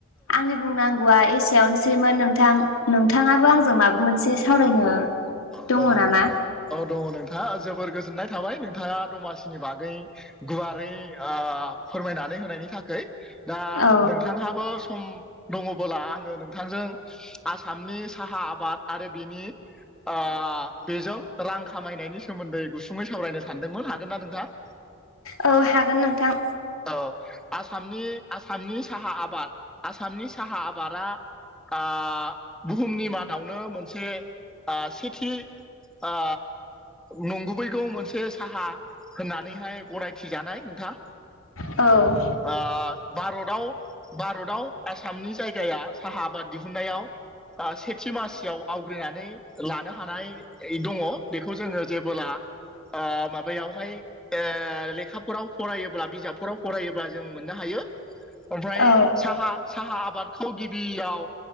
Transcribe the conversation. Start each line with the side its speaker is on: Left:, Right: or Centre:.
Left: आंनि बुंनांगौआ एसेयावनोसैमोन नोंथां नोंथांङाबो आंजों माब मोनसे सावरायनो
Centre: औ
Left: दङ नामा
Centre: औ दंङ नोंथांङा जोबोर गोजोननाय थाबाय नोंथांङा दमासि नि बागै गुवारै ओ फोरमायनानै होनायनि थाखै दा
Left: औ
Centre: नोंथांहाबो सम दंङबोला आंङो नोंथांजों आसामनि साहा आबाद आरो बिनि आ बेजों रां खामायनायनि सोमोन्दै गुसुंङै सावरायनो सानदोंमोन हागोन ना नोंथां?
Left: औ हागोन नोंथां
Centre: औ आसामनि आसामनि साहा आबाद आसामनि साहा आबादा आ बुहुमनि मादावनो मोनसे आ सेथि आ नंगुबैगौ मोनसे साहा होननानैहाय गनायथि जानाय नोंथां
Left: औ।
Centre: आं भारताव भारताव आसामनि जायगाया साहा आबाद दिहुननायाव आ सेथि मासियाव आवग्रिनानै लानो हानाय दंङ बेखौ जोंङो जेबोला ओ माबायावहाय ओ लेखाफोराव फरायोब्ला बिजाबफोराव फरायोब्ला जों मोननो हायो ओमफ्राय
Left: औ
Centre: साहा साहा आबादखौ गिबियाव